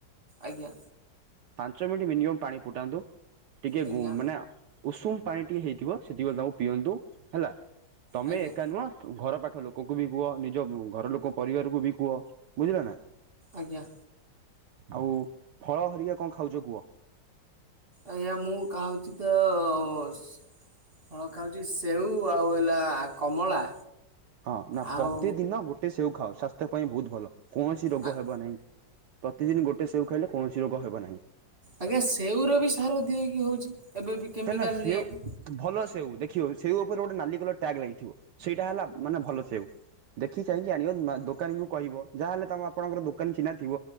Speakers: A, on the right (about 30°); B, on the right (about 70°).
A: ଆଜ୍ଞା।
B: ପାଞ୍ଚ ମିନିଟ୍ ମିନିମମ୍ ପାଣି ଫୁଟାନ୍ତୁ ଟିକେ
A: ଆଜ୍ଞା
B: ଗୁ ମାନେ ଉଷୁମ୍ ପାଣି ଟିକେ ହେଇଥିବ ସେତିକିବେଳେ ତାଙ୍କୁ ପିଅନ୍ତୁ ହେଲା ତମେ
A: ଆଜ୍ଞା
B: ଏକା ନୁହଁ ଘର ପାଖ ଲୋକଙ୍କୁ ବି କୁହ ନିଜ ଘର ଲୋକ ପରିବାରକୁ ବି କୁହ ବୁଝିଲ ନା।
A: ଆଜ୍ଞା।
B: ଆଉ ଫଳ ହେରିକା କଣ ଖାଉଚ କୁଅ?
A: ଆଜ୍ଞା ମୁଁ ଖାଉଚି ତ <unintelligible> ଫଳ ଖାଉଚି ସେଉ ଆଉ ହେଲା କମଳା।
B: ହଁ ନା
A: ଆଉ
B: ପ୍ରତିଦିନ ଗୋଟେ ସେଉ ଖାଅ ସ୍ଵାସ୍ଥ୍ୟ ପାଇଁ ବହୁତ୍ ଭଲ କୌଣସି ରୋଗ
A: ଆ-
B: ହେବ ନାହିଁ। ପ୍ରତିଦିନି ଗୋଟେ ସେଉ ଖାଇଲେ କୌଣସି ରୋଗ ହେବ ନାହିଁ।
A: ଆଜ୍ଞା ସେଉର ବି ସାର ଦିଆ ହେଇକି ହୋଉଛି ଏବେ ବି। କେମିକାଲ
B: ତା ନାଁ ସେଉ
A: ଦିଆହେଇକି
B: ଭଲ ସେଉ ଦେ ସେଓ ସେଉ ଉପରେ ଗୋଟେ ନାଲି କଲର ଟ୍ୟାଗ୍ ଲାଗିଥିବ ସେଇଟା ହେଲା ମାନେ ଭଲ ସେଉ। ଦେଖି ଚାହିଁକି ଆଣିବ ମା ଦୋକାନୀ କୁ କହିବ ଯାହାହେଲେ ତମ ଆପଣଙ୍କର ଦୋକାନୀ ଚିହ୍ନା ଥିବ।